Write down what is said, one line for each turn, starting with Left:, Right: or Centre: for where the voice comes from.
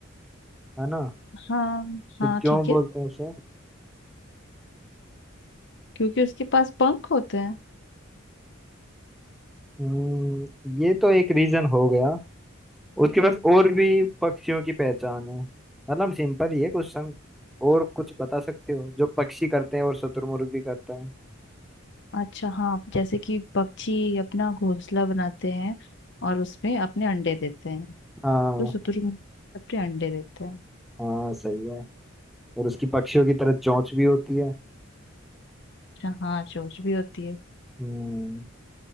Centre: है ना
Left: हाँ
Centre: तो
Left: हाँ
Centre: क्यों
Left: ठीक
Centre: बोलते
Left: है
Centre: हैं उसे
Left: क्योंकि उसके पास पंख होते हैं
Centre: हम्म, ये तो एक रीजन हो गया उसके बाद और भी पक्षियों की पहचान है मतलब सिंपल ही है क्वेश्चन और कुछ बता सकते हो जो पक्षी करते हैं और शत्रुमुर्ग भी करता है
Left: अच्छा हाँ जैसे कि पक्षी अपना घोंसला बनाते हैं और उसमें अपने अंडे देते हैं
Centre: हाँ
Left: तो शुतुरमुर्ग अपने अंडे देते हैं
Centre: हाँ सही है और उसकी पक्षियों की तरह चोंच भी होती है
Left: अच्छा हाँ चोंच भी होती है
Centre: हम्म